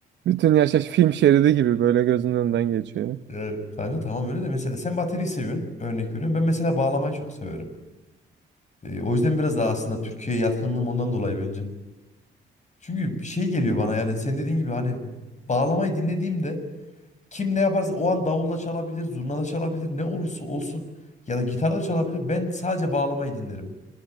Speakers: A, on the right; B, on the left.
A: Bütün yaşaş film şeridi gibi böyle gözünün önünden geçiyor.
B: Ya kanka tamam öyle de mesela sen bateriyi seviyorsun. Örnek veriyorum. Ben mesela bağlamayı çok severim. Ee, o yüzden biraz daha aslında Türkiye'ye yatkınlığım ondan dolayı bence. Çünkü şey geliyor bana yani sen dediğin gibi hani bağlamayı dinlediğimde Kim ne yaparsa o an davulla çalabilir, zurna da çalabilir, ne olursa olsun ya da gitar da çalabilir. Ben sadece bağlamayı dinlerim.